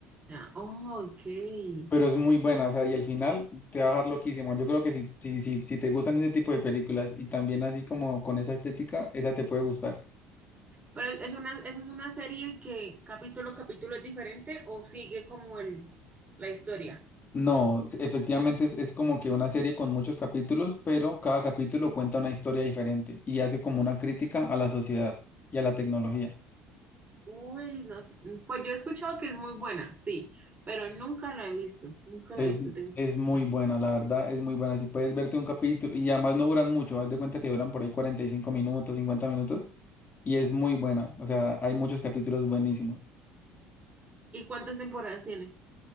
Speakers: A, on the right (about 25°); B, on the left (about 30°).
A: Ah, oh, ok.
B: Pero es muy buena, o sea, y el final te va a dejar loquísimo. Yo creo que si, si, si, si te gustan ese tipo de películas y también así como con esa estética, esa te puede gustar.
A: Pero es una, eso es una serie que capítulo a capítulo es diferente o sigue como el, la historia.
B: No, s- efectivamente es, es como que una serie con muchos capítulos, pero cada capítulo cuenta una historia diferente y hace como una crítica a la sociedad y a la tecnología.
A: Uy, no sé. Pues yo he escuchado que es muy buena, sí, pero nunca la he visto, nunca
B: Es,
A: la he visto, tengo que
B: es muy
A: verla.
B: buena, la verdad, es muy buena. Si puedes verte un capítulo, y además no duran mucho, haz de cuenta que duran por ahí 45 minutos, 50 minutos, y es muy buena. O sea, hay muchos capítulos buenísimos.
A: ¿Y cuántas temporadas tiene?